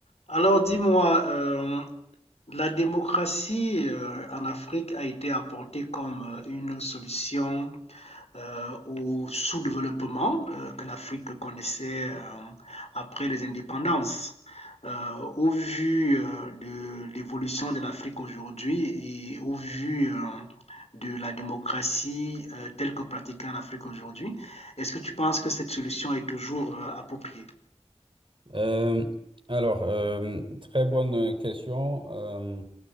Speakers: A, on the left; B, on the right.
A: Alors dis-moi, euh, la démocratie euh, en Afrique a été apportée comme euh, une solution euh, au sous-développement euh, que l'Afrique connaissait euh, après les indépendances. Euh, au vu euh, de l'évolution de l'Afrique aujourd'hui et au vu euh, de la démocratie euh, telle que pratiquée en Afrique aujourd'hui, est-ce que tu penses que cette solution est toujours euh, appropriée?
B: Euh, alors, euh, très bonne question. Euh,